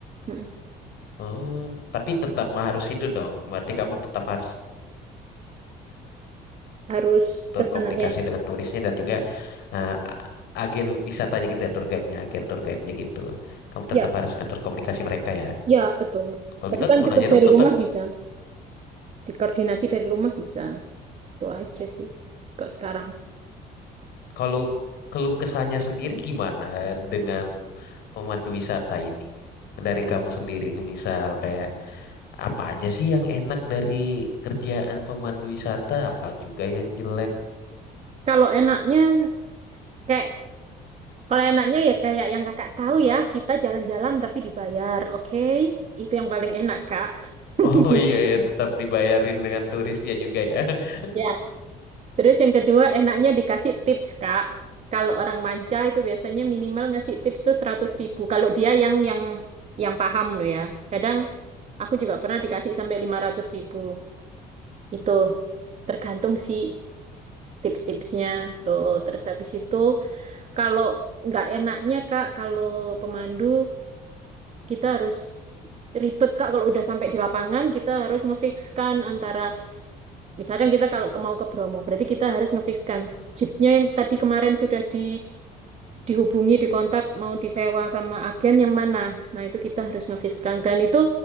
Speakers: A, on the right; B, on the left.
A: Mm-mm.
B: oh, tapi tetap mah harus itu dong. Berarti kamu tetap harus
A: Harus
B: berkomunikasi
A: ke sananya.
B: dengan turisnya dan juga eh, a- agen wisatanya gitu ya, tour guide-nya, agen tour guide-nya gitu. Kamu
A: Ya,
B: tetap harus ngatur komunikasi mereka ya.
A: ya betul.
B: Kalau
A: Tapi
B: gitu aku
A: kan
B: mau
A: cukup
B: nanya dong
A: dari
B: tentang
A: rumah bisa. Dikoordinasi dari rumah bisa. Itu aja sih. Kok sekarang.
B: kalau keluh kesahnya sendiri gimana dengan pemandu wisata ini dari
A: Mm.
B: kamu sendiri misal kayak apa aja sih yang enak dari kerjaan pemandu wisata apa juga yang jelek
A: Kalau enaknya kayak Kalau enaknya ya kayak yang kakak tahu ya, kita jalan-jalan tapi dibayar, oke? Itu yang paling enak, Kak.
B: <laughs>
A: <laughs>
B: oh iya ya tetap dibayarin dengan turisnya juga ya <laughs>
A: Ya. Terus yang kedua enaknya dikasih tips, Kak. Kalau orang manca itu biasanya minimal ngasih tips tuh seratus ribu. Kalau dia yang yang yang paham loh ya. Kadang aku juga pernah dikasih sampai lima ratus ribu. Itu
B: Hmm,
A: tergantung sih tips-tipsnya tuh. Terus habis itu kalau nggak enaknya, Kak, kalau pemandu kita harus ribet Kak kalau udah sampai di lapangan kita harus ngefikskan antara misalkan kita kalau ke- mau ke Bromo berarti kita harus ngefikskan jeepnya yang tadi kemarin sudah di dihubungi dikontak mau disewa sama agen yang mana nah itu kita harus ngefikskan dan itu